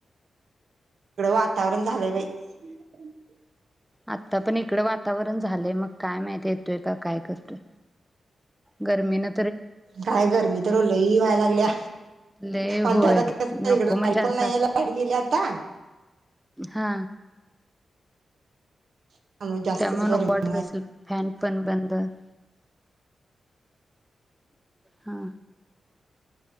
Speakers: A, on the right; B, in the centre.
A: हीकडं वातावरण झालंय बाई <inaudible>
B: आता पण इकड वातावरण झालंय मग काय माहिती येतोय का काय करतोय? गर्मी न
A: काय गरमी तर लई व्हा लाग लागल्या
B: लय होय
A: आणि आता काय
B: नको
A: इकड लाईट
B: म्हणजे असा
A: पण नाही आहे. लाईट गेलिया आता
B: हा
A: त्यामुळे जास्तच
B: त्यामुळ
A: गरमी
B: नको वाटत असेल फॅन पण बंद. <unintelligible> हा